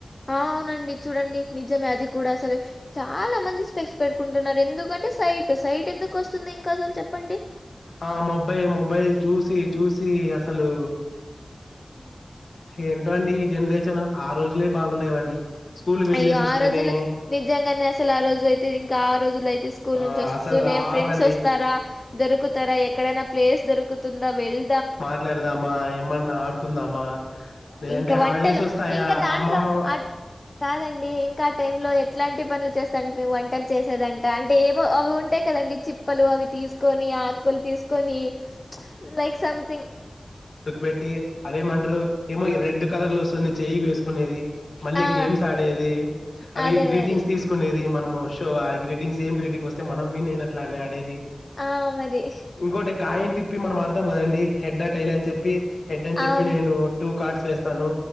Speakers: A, on the left (about 40°); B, on the left (about 85°).
A: ఆ అవునండి చూడండి నిజమే అది కూడా అసలు చాలా మంది స్పెడ్స్ పెట్టుకుంటున్నారు ఎందుకంటే సైట్ సైట్ ఎందుకు వస్తుంది ఇంకసలు చెప్పండి.
B: ఆ మొబై మొబైల్ చూసి చూసి అసలు
A: ఊ
B: ఏంటో అండి ఈ జనరేషన్ ఆ రోజులే బాగుండేవండి. స్కూల్ కి వెళ్ళేసి
A: అయ్యో
B: వస్తేనే
A: ఆ రోజులు నిజంగానే అసలు ఆ రోజు అయితే ఇంకా ఆ రోజుల అయి స్కూల్
B: ఆ
A: నుంచి వస్తూనే
B: అసలు రావండి
A: ఫ్రెండ్స్ వస్తారా, దొరుకుతారా ఎక్కడైనా ప్లేస్ దొరుకుతుందా వెల్
B: మాట్లాడదామా, ఏమన్నా ఆడుకుందామా లేదంటే
A: ఇంకా వంటలు
B: హల్డేస్ వస్తాయా
A: ఇంకా దాంట్లో
B: అమ్మమ్మ మావ
A: ఆ కాదండి ఇంకా ఆ టైంలో ఎట్లాంటి పనులు చేస్తాంటే వంటలు చేసేదన్ దాంటే ఏమో అవి ఉంటాయి కదండి. చిప్పలు అవి తీసుకొని, ఆకులు తీసుకొని చ్ లైక్ సమ్థింగ్
B: పెట్టి అదేమంటరు ఏమో ఎ రెడ్ కలర్ లో వస్తుంది చెయి వేసుకునేది. మళ్ళీ
A: ఆ
B: గేమ్స్ ఆడేది అవి
A: అదే
B: గ్రీటింగ్స్
A: మరి
B: తీసుకునేది మనము. షో ఆ గ్రీటింగ్ సేమ్ గ్రీటింగ్ వస్తే మనం విన్ అయినట్ అని అడేది.
A: ఆ మరి
B: ఇంకోటి కయంతీ ప్పి మనం ఆడతాం కదండి హెడ్ టైల్ అని చెప్పి హెడ్ అని చెప్పి
A: అవును
B: నేను టూ కార్డ్స్ వేస్తాను